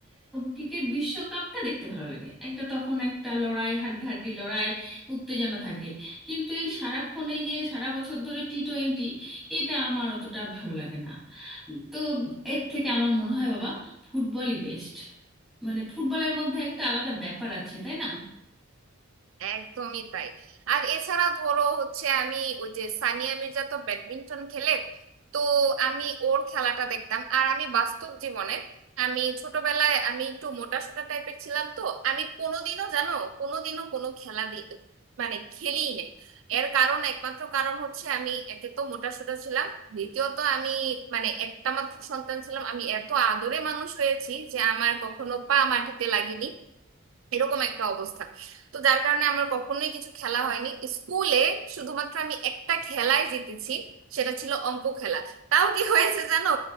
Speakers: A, in the centre; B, on the right.
A: ক্রিকেট বিশ্বকাপটা দেখতে ভালো লাগে একটা তখন একটা লড়াই হাড্ডাহাড্ডি লড়াই উত্তেজনা থাকে কিন্তু এই সারাক্ষণ এই যে সারা বছর ধরে টি টোয়েন্টি এটা আমার অতটা ভালো লাগে না তো এর থেকে আমার মনে হয় বাবা ফুটবলই বেস্ট মানে ফুটবলের মধ্যে একটা আলাদা ব্যাপার আছে তাই না
B: একদমই তাই আর এছাড়া ধরো হচ্ছে আমি ওই যে সানিয়া মির্জা তো ব্যাডমিন্টন খেলে তো আমি ওর খেলাটা দেখতাম আর আমি বাস্তব জীবনের আমি ছোটবেলায় আমি একটু মোটা সোটা টাইপের ছিলাম তো আমি কোনোদিনও জানো কোনোদিনও কোনো খেলা দি মানে খেলিই নাই এর কারণ একমাত্র কারণ হচ্ছে আমি একে তো মোটা সোটা ছিলাম দ্বিতীয়ত আমি মানে একটা মাত্র সন্তান ছিলাম আমি এত আদরে মানুষ হয়েছি যে আমার কখনো পা মাটিতে লাগেনি এরকম একটা অবস্থা তো যার কারণে আমার কখনোই কিছু খেলা হয়নি স্কুলে শুধুমাত্র আমি একটা খেলায় জিতেছি সেটা ছিল অঙ্ক খেলা তাও কি হয়েছে জানো